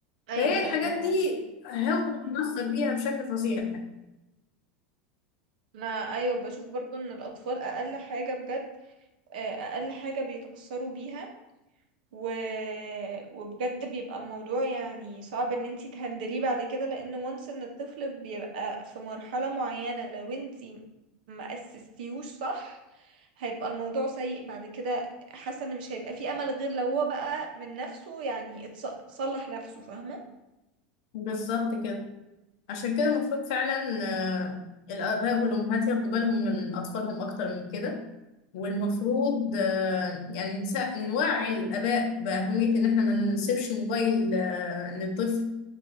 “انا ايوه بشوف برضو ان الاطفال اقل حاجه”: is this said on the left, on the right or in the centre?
Right